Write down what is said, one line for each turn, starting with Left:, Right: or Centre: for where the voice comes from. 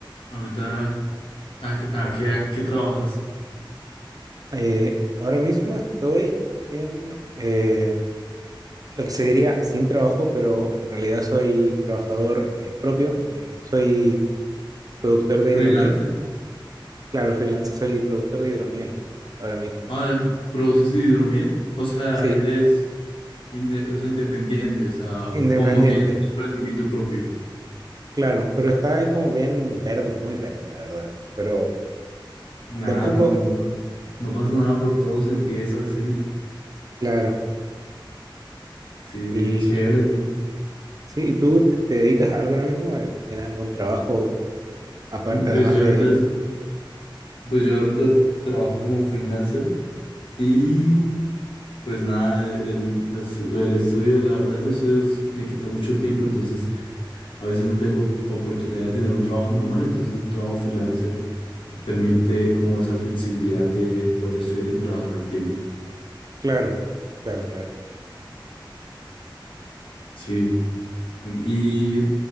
Left: ahorita a, qué, a qué- a qué trabajas?
Right: Eh, ahora mismo estoy en eh, lo que se diría sin trabajo, pero en realidad soy trabajador eh, propio. Eh, soy productor de
Left: Freelancer.
Right: hidromiel. Claro, freelance, soy productor de hidromiel ahora mismo.
Left: Ah, ¿produces hidromiel? O sea,
Right: Sí,
Left: eres inde- o sea, independiente, o sea,
Right: independiente,
Left: como tienes un emprendimiento propio.
Right: claro, pero está ahí como bien verde, muy verde, la verdad. Pero
Left: Nada,
Right: de a poco,
Left: no, por- no pasa nada, por todo se empieza así.
Right: claro.
Left: Sí,
Right: Y
Left: chévere. ¿no?
Right: sí, ¿y tú te, te dedicas a algo ahora mismo? Eh, ¿Tienes algún trabajo eh, aparte, además
Left: Pues yo
Right: de...
Left: ahorita, pues yo ahorita trabajo como freelancer y pues nada, el, pues lo del estudio, la verdad el estudio s- me quita mucho tiempo, entonces a veces no tengo oportunidad de tener un trabajo normal, entonces un trabajo freelancer me permite como esa flexibilidad de poder estudiar y trabajar al tiempo.
Right: Claro, claro, claro.
Left: Sí, y